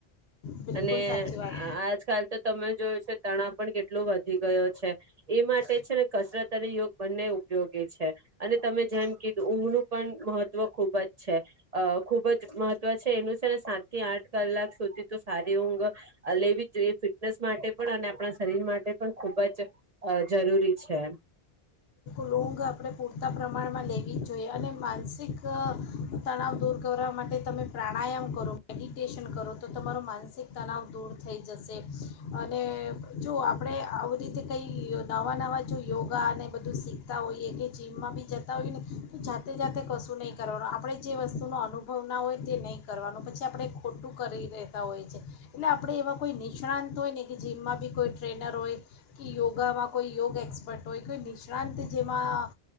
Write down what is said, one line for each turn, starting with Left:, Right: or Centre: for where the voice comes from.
Left: બિલકુલ
Right: અને
Left: સાચી વાત
Right: આજકાલ તો તમે જોય છે તણા પણ કેટલા એટલો વધી ગયો છે, એ માટે છે ને કસરત અને યોગ બંને ઉપયોગી છે, અને તમે જેમ કીધું ઊંઘનું પણ મહત્વ ખૂબ જ છે, અ ખૂબ જ મહત્વ છે એનું છે ને સાત થી આઠ કલાક સુધી તો સારી ઊંઘ લેવી જ જોઈએ ફિટનેસ માટે પણ અને આપણા શરીર માટે પણ ખૂબ જ જરૂરી છે.
Left: રોંગ આપણે પૂરતા પ્રમાણમાં લેવી જ જોઈએ અને માનસિક તણાવ દૂર કરવા માટે તમે પ્રાણાયામ કરો મેડિટેશન કરો તો તમારો માનસિક તણાવ દૂર થઈ જશે અને જો આપણે આવી રીતે કંઈ નવા નવા જો યોગા અને બધું શીખ ત ય કે ચીમ ભી જતા હોય ને તો જાતે તે જાતે કશું નહીં કરવાનું આપણે જે વસ્તુનો અનુભવ ના હોય તે નહીં કરવાનો પછી આપણે ખોટું કરી રહેતા હોય છે એટલે આપણે એવા કોઈ નિષ્ણાંત હોય ને કે જીમમાં બી કોઈ ટ્રેનર હોય કે યોગામાં કોઈ યોગ એક્સપર્ટ હોય કોઈ નિષ્ણાંત જેમાં